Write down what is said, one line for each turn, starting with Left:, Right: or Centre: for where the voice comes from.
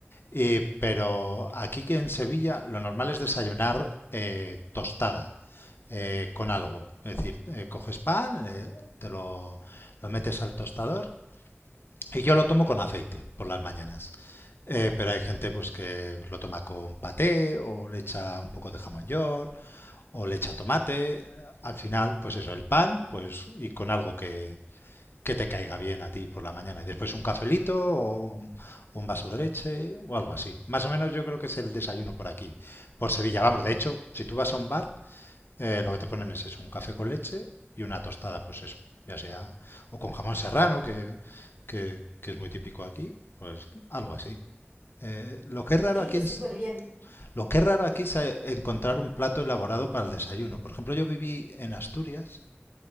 Left: y- pero aquí que en Sevilla lo normal es desayunar eh, tostada. eh, con algo. Es decir, eh, coges pan, eh, te lo, lo metes al tostador y yo lo tomo con aceite por las mañanas. Eh, pero hay gente pues que lo toma con paté o le echa un poco de jamón york o le echa tomate. Al final, pues eso, el pan, pues y con algo que, que te caiga bien a ti por la mañana. Y después un cafelito o un, un vaso de leche o algo así. Más o menos yo creo que es el desayuno por aquí, por Sevilla. Vamos, de hecho, si tú vas a un bar, eh, lo que te ponen es eso, un café con leche y una tostada, pues eso, ya sea, o con jamón serrano, que, que, que es muy típico aquí, pues algo así. Eh, lo que es raro
Right: Sí,
Left: aquí en,
Right: súper bien.
Left: lo que es raro aquí es eh, encontrar un plato elaborado para el desayuno. Por ejemplo, yo viví en Asturias